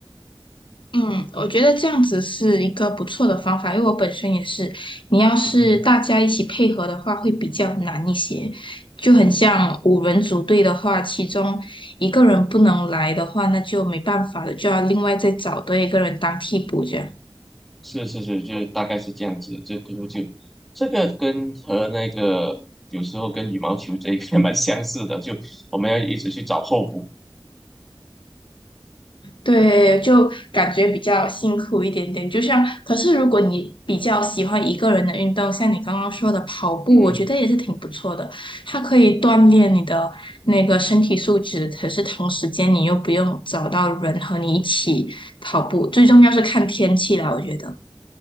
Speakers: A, on the left; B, in the centre.
A: 嗯，我觉得这样子是一个不错的方法，因为我本身也是，你要是大家一起配合的话，
B: 嗯，
A: 会比较难一些。就很像五人组队的话，其中一个人不能来的话，那就没办法了，就要另外再找多一个人当替补这样。
B: 是是是，就大概是这样子。这个就这个跟和那个有时候跟羽毛球这一个 <laughs> 蛮相似的，就我们要一直去找候补。
A: 对，就感觉比较辛苦一点点。就像，可是如果你比较喜欢一个人的运动，像你刚刚说的跑步，
B: 嗯。
A: 我觉得也是挺不错的。它可以锻炼你的那个身体素质，可是同时间你又不用找到人和你一起跑步。最重要是看天气啦，我觉得。